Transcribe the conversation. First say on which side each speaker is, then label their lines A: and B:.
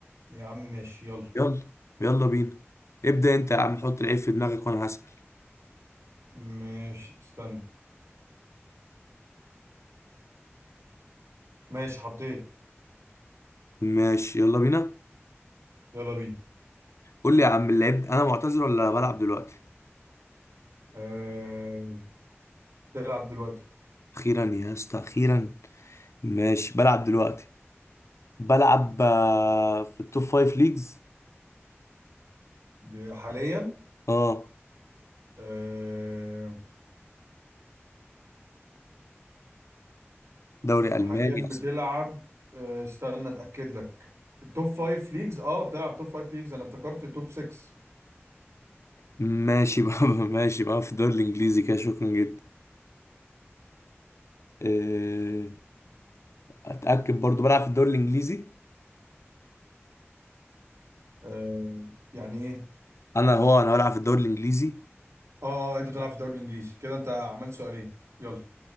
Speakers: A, on the right (about 85°); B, on the left (about 85°).
A: يا عم ماشي يلا
B: يلا يلا بينا ابدا انت يا عم حط العيب في دماغك وانا هسال
A: ماشي استنى ماشي حطيت
B: ماشي يلا بينا
A: يلا بينا
B: قول لي يا عم اللعيب انا معتذر ولا بلعب دلوقتي
A: أه... تلعب دلوقتي
B: اخيرا يا اسطى اخيرا ماشي بلعب دلوقتي بلعب آه، في التوب فايف ليجز
A: دي حاليا
B: اه
A: آه
B: دوري الماني
A: حاليا
B: اصلا
A: بتلعب آه استنى اتاكد لك التوب فايف ليجز اه بتلعب توب فايف ليجز انا افتكرت توب 6
B: ماشي بقى <laughs> ماشي بقى في الدوري الانجليزي كده شكرا جدا آه، اتاكد برضو بلعب في الدوري الانجليزي
A: آه يعني ايه
B: انا هو انا بلعب في الدوري الانجليزي
A: اه آه، انت بتلعب في الدوري الانجليزي كده انت عملت سؤالين يلا